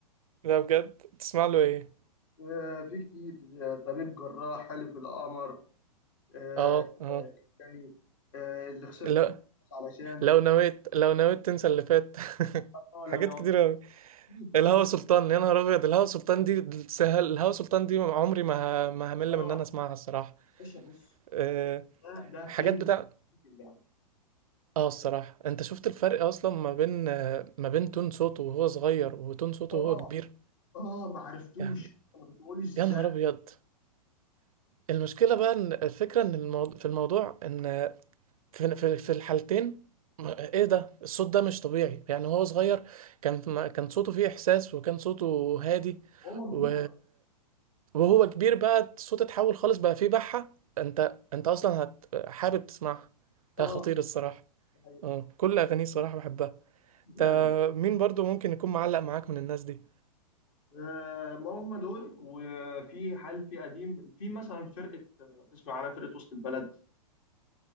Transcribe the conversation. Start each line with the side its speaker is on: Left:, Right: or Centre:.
Right: ده بجد تسمع له ايه
Left: آه، في كتير آه، طبيب جراح حلف القمر آه،
Right: اه
Left: آه،
Right: اه
Left: يعني آه، اللي خسرت
Right: لو
Left: كنت علشانه
Right: لو نويت لو نويت تنسى اللي فات <laughs>
Left: اه
Right: حاجات
Left: لو لو
Right: كتير
Left: كتير كتير
Right: الهوى سلطان يا نهار ابيض الهوى سلطان دي سهل الهوى سلطان دي عمري ما ه- ما همل
Left: اه
Right: من ان انا اسمعها الصراحه
Left: باشا بص
Right: أه
Left: ده ده كينج
Right: حاجات بتاع
Left: في اللعبه
Right: اه الصراحه انت شفت الفرق اصلا ما بين آه، ما بين تون صوته وهو صغير وتون صوته
Left: اه
Right: وهو كبير
Left: اه ما عرفتوش
Right: يعني
Left: انا كنت بقول ازاي
Right: يا نهار ابيض المشكله بقى ان الفكره ان الموضوع في الموضوع ان في في في الحالتين م- ايه ده الصوت ده مش طبيعي يعني هو صغير كان كان صوته فيه احساس وكان صوته هادي
Left: هو كبير
Right: و...
Left: برضه
Right: وهو كبير بقى الصوت اتحول خالص بقى فيه بحة انت انت اصلا هت... حابب تسمعها
Left: اه
Right: ده خطير الصراحة
Left: ده حقيقي.
Right: اه كل اغانيه الصراحة بحبها
Left: جامد
Right: ده مين برضو ممكن يكون معلق معاك من الناس دي
Left: آه، ما هم دول وفي حال في قديم في مثلا فرقة آه، تسمع عنها فرقة وسط البلد